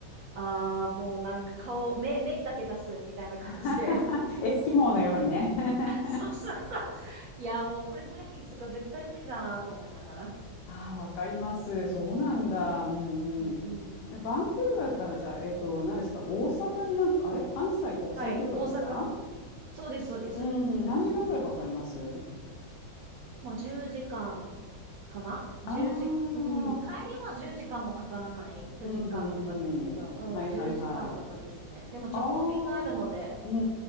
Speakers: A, on the right (about 80°); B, on the left (about 75°).
A: ああ、もうなんか顔、目、目だけ出すみたいな感じで。
B: <laughs> エスキモーのようにね。<laughs>
A: <laughs> そうそうそう。いや、もうこれ毎日とか絶対無理だなと思いながら。う
B: ああ、わかります。そうなんだ。
A: ん、
B: うん
A: うん、
B: うん。
A: うん。うん
B: でバンクーバーからじゃあ、えっと、何ですか、大阪になんか、あれ、関西国際空港ですか
A: はい、大阪。そうです、そうです。
B: うんうん、何時間ぐらいかかります
A: もう10時間かんかな1時、
B: ああ
A: うん、帰りは10時間もかからない。9時間とかですけど、
B: ー、うんうんうん。はいはいはい。
A: うん、10時間とかですね。でも直行便があるので
B: ああ、うんう